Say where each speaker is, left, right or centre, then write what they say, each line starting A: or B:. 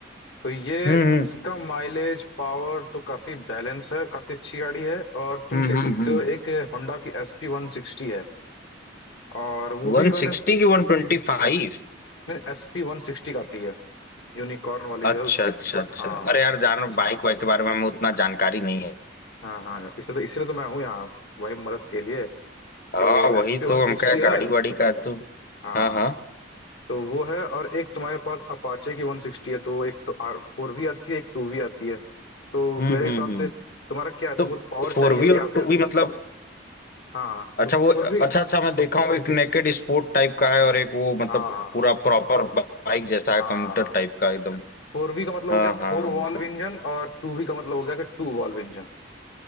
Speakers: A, on the left; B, on the left.
A: तो ये
B: हम्म
A: इसका माइलेज पावर तो काफी बैलेंस है काफी अच्छी गाड़ी है और तुम
B: हम्म
A: देख
B: हम्म
A: सकते
B: हम्म
A: हो एक होंडा की एस पी वन सिक्सटी है और वो भी
B: वन
A: मैंने
B: सिक्सटी की वन ट्वेंटी फाइव
A: नहीं एस पी वन सिक्सटी का आती है यूनिकॉर्न वाली
B: अच्छा
A: जो है उस
B: अच्छा अच्छा
A: हाँ
B: अरे यार जान
A: उसका
B: बाइक वाइक के बारे में हमें उतना जानकारी नहीं है
A: हाँ हाँ इसलिए तो इसलिए तो मैं हूँ यहाँ तुम्हारी मदद के लिए
B: हाँ
A: तो
B: वही
A: एस पी वन
B: तो हम
A: सिक्सटी
B: क्या
A: है
B: गाड़ी वाड़ी का तो
A: हाँ
B: हाँ हाँ
A: तो वो है और एक तुम्हारे पास अपाचे की वन सिक्सटी है तो एक तो आर फोर वी आती है एक टू वी आती है तो
B: हम्म
A: मेरे
B: हम्म
A: हिसाब
B: हम्म
A: से तुम्हारा क्या है
B: तो
A: तुमको पावर
B: फोर
A: चाहिए
B: वी और
A: या
B: टू
A: फिर
B: वी मतलब
A: हाँ हाँ,
B: अच्छा
A: तो फोर
B: वो अच्छा
A: बट वी
B: अच्छा मैं देखा हूँ एक नेकेड स्पोर्ट टाइप का है और एक वो मतलब
A: हाँ हाँ
B: पूरा प्रॉपर बाइक जैसा है
A: हाँ
B: कम्यूटर
A: हाँ, हाँ,
B: टाइप का एकदम
A: फोर वी का मतलब हो
B: हाँ
A: गया फोर
B: हाँ
A: वॉल्व
B: ऐसा।
A: इंजन और टू वी का मतलब हो गया कि टू वॉल्व इंजन